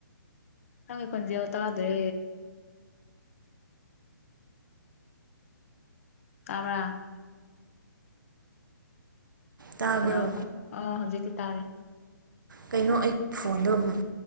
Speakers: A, on the left; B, on the right.
A: ꯅꯪꯒꯤ ꯈꯣꯟꯖꯦꯜꯗꯣ ꯇꯗꯦ꯫ ꯇꯥꯕꯔꯥ?
B: ꯇꯥꯕ꯭ꯔꯣ
A: ꯍꯜꯂꯣ ꯑ ꯍꯧꯖꯤ ꯇꯥꯥꯔꯦ꯫
B: ꯀꯩꯅꯣ ꯑꯩꯒꯤ ꯐꯣꯟꯗꯣ ꯑꯃꯨꯛ